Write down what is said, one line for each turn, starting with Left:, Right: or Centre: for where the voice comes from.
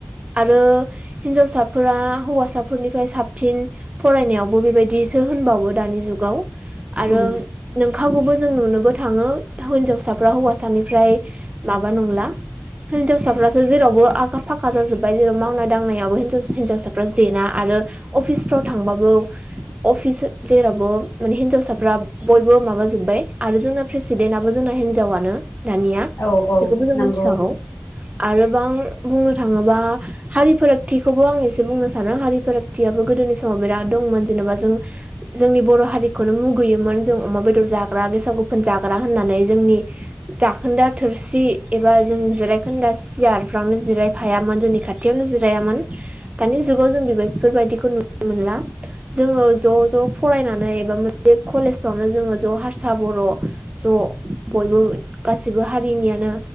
Right: आरो हिनजावसाफोरा हौवासाफोरनिफ्राय साबसिन फरायनायावबो बेबायदि सो। वो द जुाव आरो
Left: उम
Right: नोंखाखौबो जों नुनोबो थाङो हिनजावसाफ्रा हौवासानिफ्राय माबा नंला। हिनजावसाफ्रासो जेरावबो आखा फाखा जाजोबबाय जेराव मावनाय दांनायाबो हिनजावसा हिनजावसाफ्रा जेना आरो अफिस फाव थांबाबो अफिस जेरावबो माने ह हिनजावसाफ्रा बयबो माबा जोब्बाय आरो जोंना प्रेसिडेन्टआबो जोंना हिनजावयानो दानिया
Left: औ औ
Right: बेखौबो जों
Left: नंगौ
Right: मोनथिखागौ आरो गोबां बुंनो थाङोबा हारि फारागथिखौबो आं एसे बुंनो सानो हारि फारागथियाबो गोदोनि सम <unintelligible> बेराद दंमोन जेनेबा जों जोंनि बर' हारिखौनो मुगैयोमोन जों अमा बेदर जाग्रा गेसाव गो फोन जाग्रा होननानै जोंनि जाखोन्दा थोरसि एबा जों जिरायखोन्दा सियार फ्रावनो जिरायफायामोन जोंनि खाथियावनो जिरायामोन दानि जुगाव जों बेबायफोरबायदिखौ नुनो मोनला । जोङो ज' ज' फरायनानै एबा मोनसे कलेजफ्रावनो जोङो ज' हारसा बर' ज' बयबो गासिबो हारिनियानो